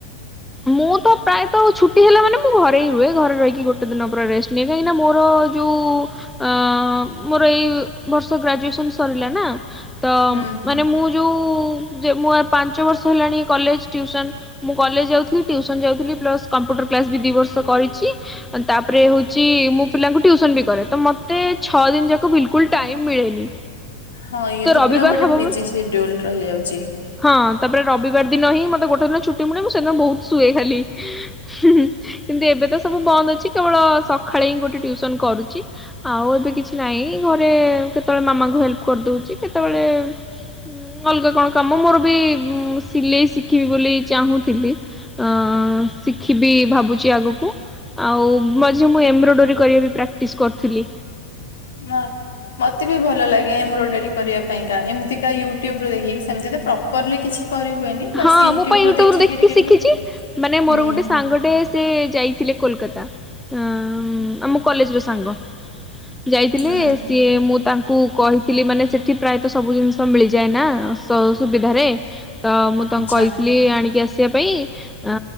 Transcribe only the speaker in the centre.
ମୁଁ ତ ପ୍ରାୟତ ଛୁଟି ହେଲା ମାନେ ମୁଁ ଘରେ ହି ରୁହେ। ଘରେ ରହିକି ଗୋଟେ ଦିନ ପୁରା ରେଷ୍ଟ ନିଏ। କାହିଁକି ନା ମୋର ର ଯୋଉ-ଉ-ଉ ଆ-ଆ-ଆ ମୋର ଏଇ ବର୍ଷ ଗ୍ରାଜୁଏସନ ସରିଲା ନା ତ
ମାନେ ମୁଁ ଯୋଉ ଯେ ମୁଁ ପାଞ୍ଚ ବର୍ଷ ହେଲାଣି କଲେଜ ଟିଉସନ, ମୁଁ କଲେଜ ଯାଉ ଥିଲି ଟିଉସନ୍ ଯାଉଥିଲି ପ୍ଲସ୍ କମ୍ପୁଟର କ୍ଲାସ୍ ବି ଦି ବର୍ଷ କରିଚି। ତାପରେ ହଉଛି ମୁଁ ପିଲାଙ୍କୁ ଟି ଟିଉସନ୍ ବି କରେ, ତ ମୋତେ ଛଅ ଦିନ ଯାକ ବିଲକୁଲ ଟାଇମ୍ ମିଳେନି।
ରବିବାର
ହବ
ହଁ ତାପରେ ରବିବାର ଦିନ ହିଁ ମତେ ଗୋଟ ଦିନ ଛୁଟି ମିଳେ, ମୁଁ ସେଦିନ ବହୁତ ଶୁଏ ଖାଲି। ହିଁ ହିଁ କିନ୍ତୁ ଏବେ ତ ସବୁ ବନ୍ଦ ଅଛି। କେବଳ ସକାଳେ ହିଁ ଗୋଟେ ଟିଉସନ କରୁଛି। ଆଉ ଏବେ କିଛି ନାହିଁ ଘରେ-ଏ-ଏ କେତେବେଳେ ମାମାଙ୍କୁ ହେଲ୍ପ କରିଦଉଛି। କେତେବେଳେ ଉଁ ଅଲଗା କଣ କାମ, ମୋର ବି ସିଲେଇ ଶିଖିବି ବୋଲି ଚାହୁଁଥିଲି। ଆଁ-ଆ-ଆ-ଆ ଶିଖିବି ଭାବୁଛି ଆଗକୁ। ଆଉ ମଝି ମୁଁ ଏମ୍ବ୍ରୋଡରୀ କରିବା ବି ପ୍ରାକ୍ଟିସ କରୁଥିଲି।
ହଁ
ମୁଁ ପା ୟୁଟ୍ୟୁବରୁ
ଶିଖିଛି।
ମାନେ ମୋର
ଗୋଟେ ସାଙ୍ଗଟେ ସେ ଯାଇଥିଲେ କୋଲକାତା। ହ-ଅ-ଅ-ଅ ଆମ କଲେଜ ର ସାଙ୍ଗ। ଯାଇଥିଲେ,
ସିଏ ମୁଁ ତାଙ୍କୁ କହିଥିଲି ମାନେ ସେଠି ପ୍ରାୟତଃ ସବୁ ଜିନିଷ ମିଳିଯାଏ ନା ସ ସୁବିଧାରେ। ତ ମୁଁ ତାଙ୍କୁ
କହିଥିଲି ଆଣିକି ଆସ ଇବା ପାଇଁ, ଆ